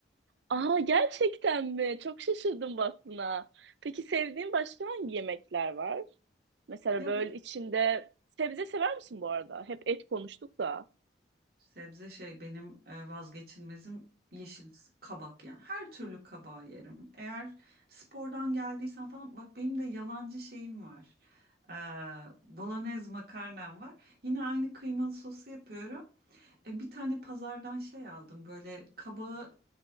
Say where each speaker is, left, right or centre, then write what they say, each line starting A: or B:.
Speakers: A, on the right (about 70°); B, on the right (about 55°).
A: Aa gerçekten mi? Çok şaşırdım bak buna. Peki sevdiğin başka hangi yemekler var?
B: <laughs>
A: Mesela
B: Ya
A: böyle içinde sebze sever misin bu arada? Hep et konuştuk da.
B: Sebze şey benim e, vazgeçilmezim yeşil kabak yani. Her türlü kabağı yerim. Eğer spordan geldiysen falan bak benim de yalancı şeyim var. Ee, Bolognese makarnam var. Yine aynı kıymalı sosu yapıyorum. E, bir tane pazardan şey aldım böyle kabağı